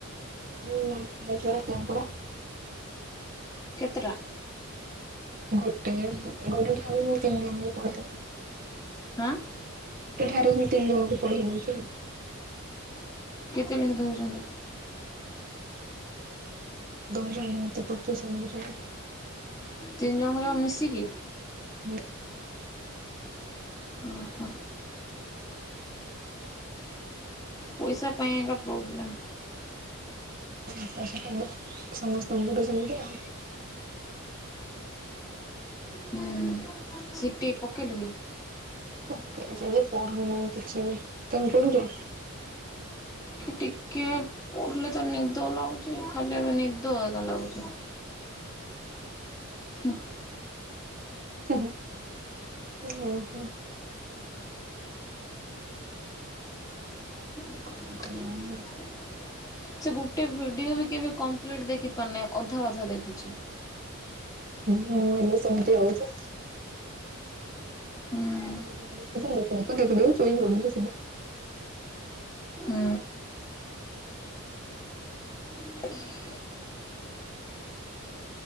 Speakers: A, on the right; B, on the left.
A: ମୁଁ <unintelligible> କେପଡ଼ା।
B: କେତେଟା?
A: ଗୋଟେ ଗୋଟେ ଠାରେ ମୁଁ ତିନି ଜଣଙ୍କୁ ପଢ଼େଇବି।
B: ହଁ।
A: ଗୋଟେ ଠାରେ ମୁଁ ତିନି ଜଣଙ୍କୁ ପଢ଼େଇ ଦୋଉଚଅ।
B: କେତେଲେଖା ଦଉଚନ୍ତି?
A: ଦଉଚନ୍ତି ମତେ ପଚ <unintelligible>
B: ତିନି ଜଣଙ୍କ ଯମା ମିଶିକି?
A: ହୁଁ।
B: ଓହୋ ପଇସା ପାଇଁ ଏକା ପ୍ରୋବ୍ଲେମ୍।
A: <unintelligible> ସମସ୍ତଙ୍କଠୁ ସେମିତି ଆଉ।
B: ହୁଁ ସିଟିି ପକେଇଲୁକି?
A: ପକେଇଚିଯେ ପଢୁନାହିଁ କିଛିବି ତମେ ପଢୁଚ?
B: ଏଠି ଟିକେ ପଢିଲେତ ନିଦ ଲାଗୁଚି ଖାଲି ଏବେ ନିଦ ହେଗା ଲାଗୁଚି। ହୁଁ।
A: ଉଁ ହୁଁ।
B: <inaudible>
A: କଣ କରିବା ଆଉ।
B: ସେ ଗୋଟେ ଭିଡିଓବି କେବେ କମ୍ପ୍ଲିଟ ଦେଖି ପାରୁନାହିଁ ଅଧା ଅଧା ଦେଖୁଚି।
A: ମୁଁ ହେଲେ ସେମିତି ହଉଚି।
B: ହୁଁ
A: ଦେଖୁଚି ଦେଖୁ ଦେଖୁ ଦେଖୁ ଦେଖୁ ଶୋଇ ପଡୁଚି ସିଧା।
B: ହୁଁ। <inaudible>